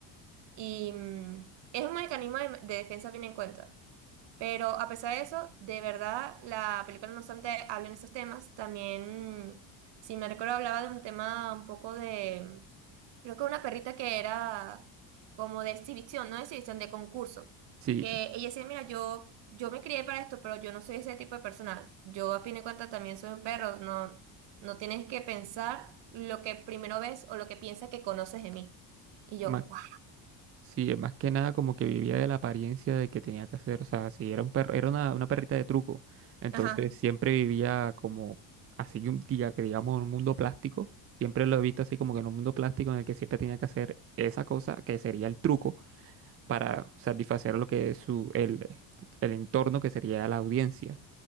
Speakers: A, on the right; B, on the right.
A: Y mm, es un mecanismo de, de defensa bien en cuenta. Pero a pesar de eso, de verdad, la película no obstante habla en esos temas. También, mm, si me recuerdo, hablaba de un tema un poco de, creo que una perrita que era como de exhibición, no de exhibición, de concurso.
B: sí,
A: Que ella decía, mira, yo, yo me crié para esto, pero yo no soy ese tipo de persona. Yo a fin de cuentas también soy un perro. No, no tienes que pensar lo que primero ves o lo que piensas que conoces de mí. Y yo,
B: más
A: wow.
B: Sí, más que nada como que vivía de la apariencia de que tenía que hacer, o sea, si era un perro, era una, una perrita de truco, entonces
A: Ajá.
B: siempre vivía como así un día que digamos en un mundo plástico, siempre lo he visto así como que en un mundo plástico en el que siempre tenía que hacer esa cosa que sería el truco para satisfacer lo que es su, el, el entorno que sería la audiencia.